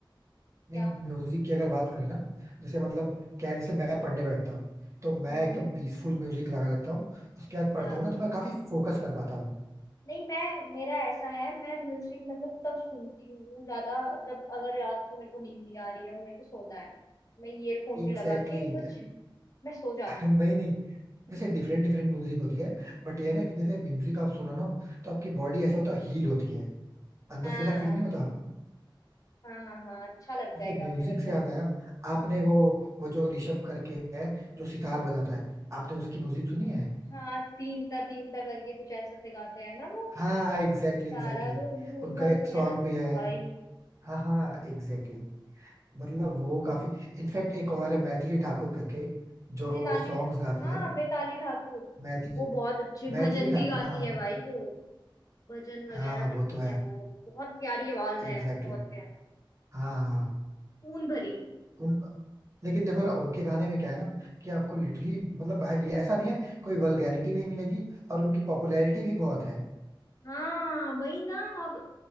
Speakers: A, on the right; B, on the left.
A: नहीं
B: क्या
A: म्यूजिक की अगर बात करें ना जैसे मतलब क्या है जैसे मैं पढ़ने बैठता हूँ तो मैं
B: हम्म
A: एकदम पीसफुल म्यूजिक लगा लेता हूँ उसके बाद पढ़ता
B: हाँ
A: हूँ ना तो मैं काफी फोकस कर पाता हूँ
B: नहीं मैं मेरा ऐसा है मैं म्यूजिक मतलब तब सुनती हूँ ज्यादा जब अगर रात को मेरे को नींद नहीं आ रही है और मेरे को सोना है तो मैं ईयरफोन
A: Exactly
B: में लगा के
A: exactly.
B: कुछ मैं सो जाती
A: <laughs> नहीं नहीं जैसे डिफरेंट डिफरेंट म्यूजिक होती है बट ये है ना कि जैसे म्यूजिक आप सुनो ना तो आपकी बॉडी ऐसा होता है हील होती है अंदर
B: हूँ हाँ
A: से ऐसा फील नहीं होता
B: हाँ हाँ हाँ अच्छा लगता
A: ऐसे
B: है काफी
A: म्यूजिक
B: मतलब
A: से याद आया आपने वो वो जो ऋषभ करके है जो सितार बजाता है आपने उसकी म्यूजिक सुनी है
B: हाँ तीन ता तीन ता करके कुछ ऐसा सिखाते हैं ना वो
A: हाँ एग्जैक्टली एग्जैक्टली
B: तारा धूम धूम
A: उनका
B: ता
A: एक सॉन्ग
B: है ना
A: भी है
B: भाई
A: हाँ हाँ एग्जैक्टली exactly. मतलब वो काफी इनफैक्ट एक और है मैथिली ठाकुर करके जो
B: मिताली
A: सॉन्ग्स
B: ठ-
A: गाती
B: हाँ
A: है
B: मिताली ठाकुर
A: मैथिली
B: वो बहुत अच्छे
A: मैथिली
B: भजन भी
A: ठाकुर
B: गाती
A: हाँ हाँ
B: है भाई वो भजन
A: हाँ
B: वगैरह
A: वो
B: करती
A: तो है
B: है वो बहुत प्यारी आवाज
A: एग्जैक्टली
B: है बहुत
A: exactly.
B: प्यारी
A: हाँ हाँ हाँ.
B: खून भरी
A: उन लेकिन देखो ना उनके गाने में क्या है ना कि आपको लिटरली मतलब हाँ, ये ऐसा नहीं है कोई वल्गैरिटी नहीं मिलेगी और उनकी पॉपुलैरिटी भी बहुत है
B: हाँ वही ना अब